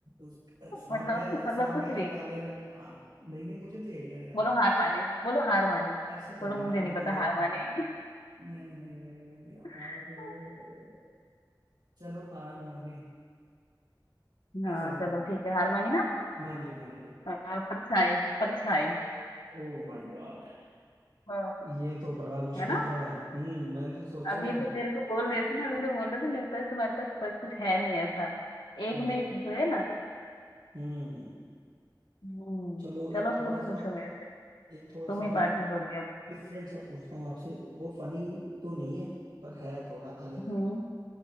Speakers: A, on the right (about 70°); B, on the left (about 80°).
A: उस-
B: <laughs>
A: सांप
B: मतलब
A: है
B: मतलब
A: सांप
B: कुछ
A: है जो
B: भी
A: काले रंग का हाँ नहीं नहीं मुझे तो यही लग रहा
B: बोलो
A: है
B: हार माने बोलो हार मानी
A: ऐसे तो
B: बोलो
A: नहीं हार
B: मुझे नहीं
A: मानूंगा
B: पता हार
A: मैं
B: मानेगी
A: नहीं नहीं नहीं नहीं हार
B: <laughs>
A: चलो हार मान ली नहीं
B: हाँ
A: समझ
B: चलो
A: आया
B: ठीक है हार मानी ना
A: मान ली मान ली
B: अ, परछाई परछाई
A: Oh my god
B: अ,
A: ये तो बड़ा मुश्किल
B: है ना
A: था भाई हम्म मैंने तो सोचा
B: अभी
A: ही नहीं
B: तो मेरे को बोल रहे थे ना अभी तो बोल रहे थे मेरे पास तुम्हारे पास बस कुछ है नहीं ऐसा एक
A: हम्म
B: में ही फंसे ना
A: हम्म
B: हम्म
A: चलो एक
B: चलो अब
A: थोड़ा
B: तुम
A: सा
B: पूछो मेरे से
A: एक थोड़ा
B: तुम
A: सा डिफ,
B: ही पार्टी दोगे अब
A: डिफरेंट सा पूछता हूँ आपसे वो फनी तो नहीं है पर है थोड़ा अलग
B: हम्म